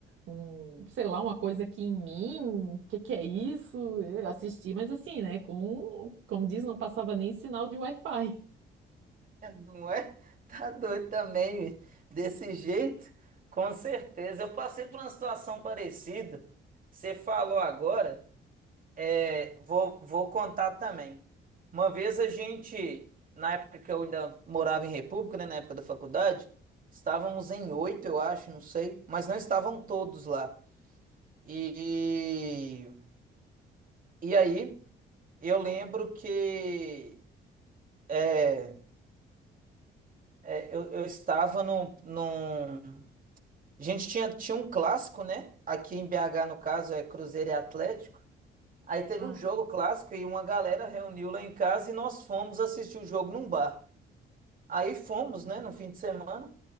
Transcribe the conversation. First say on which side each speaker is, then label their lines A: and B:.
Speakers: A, on the right; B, on the right.
A: um, sei lá, uma coisa aqui em mim, o que que é isso? Eu assisti, mas assim, né, com, como diz, não passava nem sinal de Wi-Fi.
B: Não é? <laughs> Tá doido também, bicho. desse jeito? Com certeza. Eu passei por uma situação parecida. Você falou agora, é, vou, vou contar também. Uma vez a gente, na época que eu ainda morava em República, né, na época da faculdade, estávamos em oito, eu acho, não sei, mas não estavam todos lá. E, e aí, eu lembro que é, é, eu, eu estava num, num- A gente tinha, tinha um clássico, né? Aqui em BH, no caso, é Cruzeiro e Atlético. Aí teve
A: Ah,
B: um jogo clássico e uma galera reuniu lá em casa e nós fomos assistir o jogo num bar. Aí fomos, né, no fim de semana.